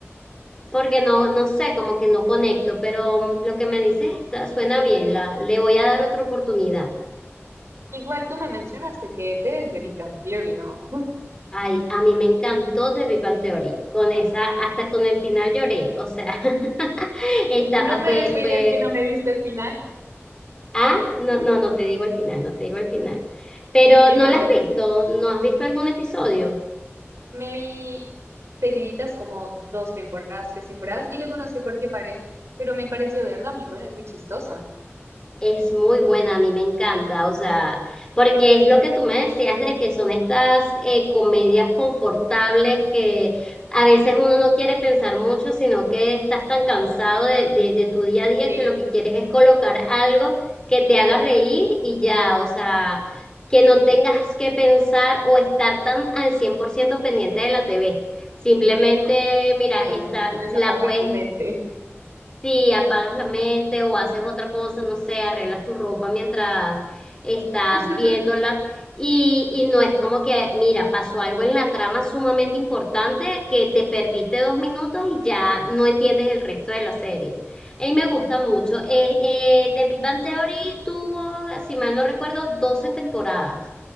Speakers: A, on the left; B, on the right.
A: porque no, no sé, como que no conecto, pero mm, lo que me dices está, suena bien, la, le voy a dar otra oportunidad.
B: Igual tú me mencionaste que te es de Big Bang Theory, ¿no? <laughs>
A: Ay, a mí me encantó The Big Bang Theory, con esa, hasta con el final lloré, o sea, <laughs> esta
B: No
A: ah, fue,
B: me les spoilees
A: fue,
B: que no me he visto el final,
A: ah, no, no, no te digo el final, no te digo el final, pero
B: sí,
A: no
B: no.
A: la has visto, no has visto algún episodio.
B: Me vi seguiditas como dos temporadas, tres temporadas, y luego no sé por qué paré, pero me pareció de verdad muy buena, es muy chistosa.
A: Es muy buena, a mí me encanta, o sea, porque es lo que tú me decías de que son estas eh, comedias confortables que a veces uno no quiere pensar mucho, sino que estás tan cansado de, de, de tu día a día
B: Sí,
A: que lo que quieres es colocar algo que te haga reír y ya, o sea, que no tengas que pensar o estar tan al 100% pendiente de la TV. Simplemente, mira,
B: con-
A: está,
B: puedes
A: la
B: apagar
A: puedes
B: tu mente.
A: Sí, apagas la mente o haces otra cosa, no sé, arreglas tu ropa mientras estás
B: <laughs>
A: viéndola y, y no es como que, mira, pasó algo en la trama sumamente importante que te perdiste dos minutos y ya no entiendes el resto de la serie. A mí me gusta mucho. Eh, eh, The Big Bang Theory tuvo, si mal no recuerdo, 12 temporadas